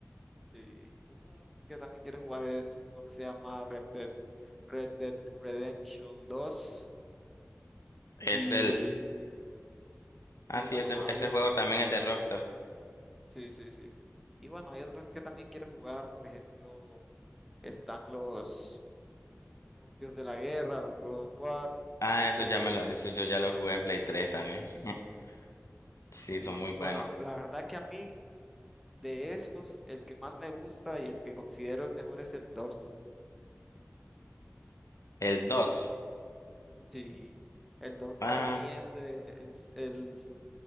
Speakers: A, in the centre; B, on the left.
A: Sí, uno que también quiere jugar es uno que se llama Red Dead, Red Dead Redemption dos
B: Es
A: y,
B: el Ah,
A: y
B: sí,
A: bueno,
B: ese,
A: hay
B: ese
A: otros,
B: juego también es de Rockstar.
A: sí, sí, sí, sí. Y bueno, hay otros que también quiero jugar, por ejemplo, están los, los Dios de la Guerra, los God of War,
B: Ah, eso
A: que
B: ya me lo, eso yo ya lo jugué en Play 3 también. <laughs> Sí,
A: sí,
B: son muy
A: bueno,
B: buenos.
A: la verdad que a mí de esos, el que más me gusta y el que considero el mejor es el dos
B: El 2,
A: Sí, el 2 para
B: Ah,
A: mí es, de, es el